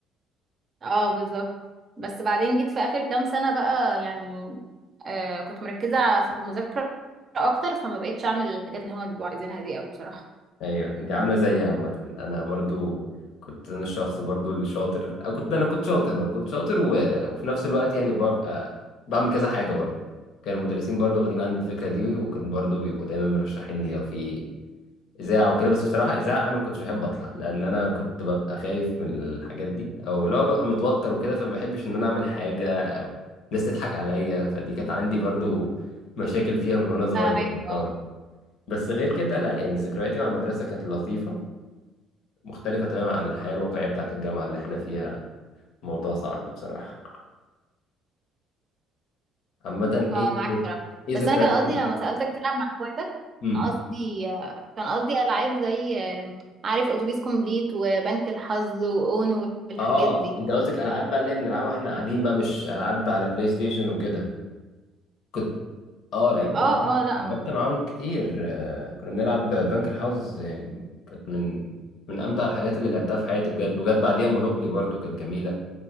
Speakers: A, on the right; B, on the left.
A: اه بالظبط بس بعدين جيت في اخر كام سنة بقى يعني آه كنت مركزة في المذاكرة اكتر فما بقيتش اعمل الحاجات اللي هما بيبقوا عايزينها دي قوي بصراحة
B: ايوه انت عامله زيي عامه انا برضو كنت انا الشخص برضو الشاطر أو كنت انا كنت شاطر برضو. كنت شاطر و... وفي نفس الوقت يعني ببقى بعمل كذا حاجه برضو كان المدرسين برضو واخدين عني الفكره دي وكان برضو بيبقوا دايما مرشحيني لو في اذاعه وكده بس بصراحه اذاعه انا ما كنتش بحب اطلع لان انا كنت ببقى خايف من الحاجات دي او لو ببقى متوتر وكده فما بحبش ان انا اعمل حاجه او الناس تضحك عليا فدي كانت عندي برضو مشاكل فيها من وانا صغير
A: فاهمك
B: كنت
A: اه
B: أقعد. بس غير كده لا يعني ذكرياتي مع المدرسه كانت لطيفه مختلفه تماما عن الحياه الواقعيه بتاعت الجامعه اللي احنا فيها موضوع صعب بصراحه عامه
A: اه
B: ايه
A: معاك بصراحة
B: ايه
A: بس
B: ذكريات
A: انا كان قصدي
B: حلوه
A: لما سألتك تلعب مع اخواتك
B: امم
A: كان قصدي آه، كان قصدي العاب زي آه، عارف اتوبيس كومبليت وبنك الحظ واونو والحاجات
B: اه
A: دي
B: انت قصدك العاب بقى اللي هي بنلعبها واحنا قاعدين بقى مش العاب على بلاي ستيشن وكده كنت اه لعبت
A: اه
B: معاهم
A: اه لا
B: لعبت
A: م-
B: معاهم كتير آه، كنا بنلعب بنك الحظ يعني كانت من من امتع الحاجات اللي لعبتها في حياتي بجد وجت بعديها مونوبلي برضو كانت جميله